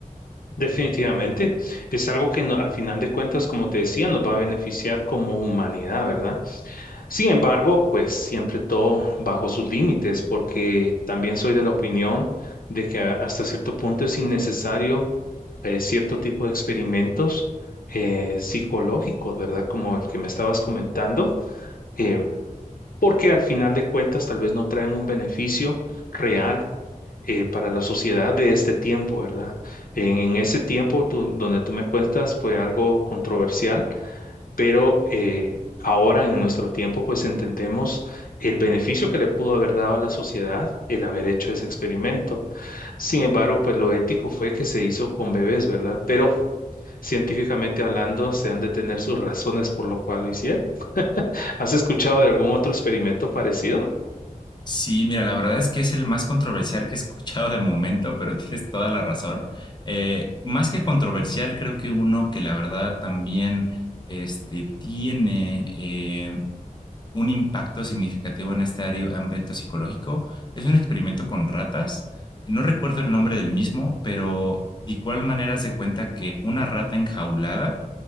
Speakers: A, on the left; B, on the left.
A: Definitivamente, es algo que no- al final de cuentas, como te decía, nos va a beneficiar como humanidad, ¿verdad? Sin embargo, pues siempre todo bajo sus límites, porque también soy de la opinión de que a- hasta cierto punto es innecesario eh, cierto tipo de experimentos eh, psicológicos, ¿verdad? Como el que me estabas comentando, eh, porque al final de cuentas tal vez no traen un beneficio real. eh, para la sociedad de este tiempo, ¿verdad? En, en ese tiempo tú- donde tú me cuentas fue algo controversial pero eh, ahora en nuestro tiempo pues entendemos el beneficio que le pudo haber dado a la sociedad el haber hecho ese experimento. Sin embargo, pues lo ético fue que se hizo con bebés, ¿verdad? Pero científicamente hablando, se han de tener sus razones por lo cual lo hicieron. ¿Has escuchado de algún otro experimento parecido?
B: Sí, mira, la verdad es que es el más controversial que he escuchado de momento, pero tienes toda la razón. Eh, más que controversial, creo que uno que la verdad también este, tiene eh, un impacto significativo en este área- ámbito psicológico es un experimento con ratas. No recuerdo el nombre del mismo, pero de igual manera se cuenta que una rata enjaulada